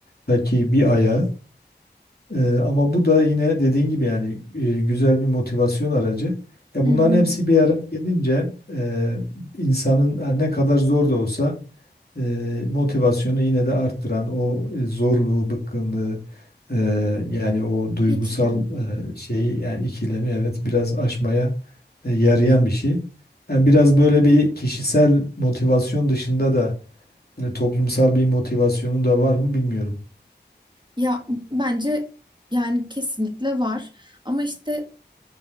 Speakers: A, on the left; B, on the right.
A: belki bir ayağı E, ama bu da yine dediğin gibi yani e, güzel bir motivasyon aracı. Ya
B: Hı
A: bunların
B: hı.
A: hepsi bir araya gelince e, insanın ha, ne kadar zor da olsa e, motivasyonu yine de arttıran o e, zorluğu, bıkkınlığı e, yani o duygusal
B: Hiç İrem.
A: e, şeyi yani ikilemi evet biraz aşmaya e, yarayan bir şey. Yani biraz böyle bir kişisel motivasyon dışında da böyle toplumsal bir motivasyonun da var mı bilmiyorum.
B: Ya bence yani kesinlikle var. Ama işte